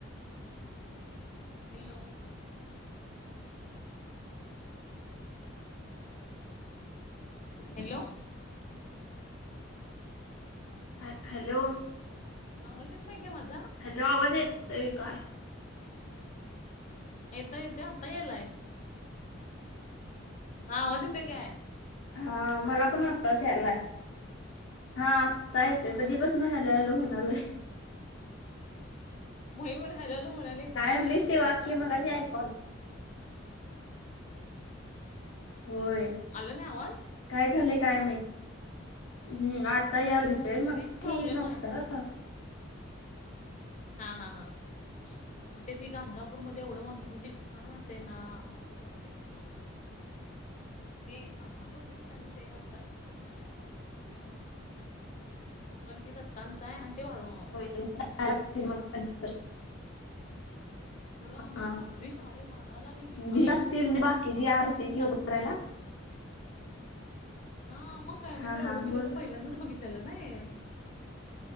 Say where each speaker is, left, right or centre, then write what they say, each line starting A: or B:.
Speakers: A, on the left; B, on the left.
A: हॅलो. हॅलो.
B: ह हॅलो.
A: आवाज येत नाही का माझा.
B: हॅलो आवाज येतो काय.
A: येत येत आत्ता यायलाय हा आवाज येतोय काय.
B: हा मला पण आताच यायला. हा आत्ता येतो
A: हा
B: कधी पासून हॅलो हॅलो
A: मग
B: म्हणालोय.
A: ते मही म्हण हलायला म्हणायला इथं काय
B: म्हणलीस
A: वेगळंच
B: ते वाक्य
A: चालू
B: मगाशी
A: इथं हे.
B: ऐकू आलं होय.
A: आला ना आवाज.
B: काय झालेय काय माहित हम्म आता याल मगाशी
A: रेंज प्रॉब्लेम
B: येत नव्हत.
A: आहे हा हा हा. मग त्याची गानगापूर मध्ये एवढं म म्हणजे छान वाटतय ना मस्तच वाटते गाणगापूरात. ते आदमापूरचं कसं आहे ना सेम असं हाय बघ तस आदमापूर मधलं आहे ना तसं. पण हे दत्तांचं आहे अन ते वाढवा
B: <unintelligible>
A: खरं आम्ही
B: हा
A: रात्री साडेबाराला निघले
B: भी
A: आम्ही साडेबाराला
B: असतील ना बाकीची
A: निघलेलो
B: आरतीची
A: साडेसात
B: उभं करायला
A: हां, मग काय
B: हा
A: मी तर एवढं
B: हा
A: भिलेलो
B: बोल
A: पहिल्यांदाच
B: की
A: बघितलं लेलं ना हे.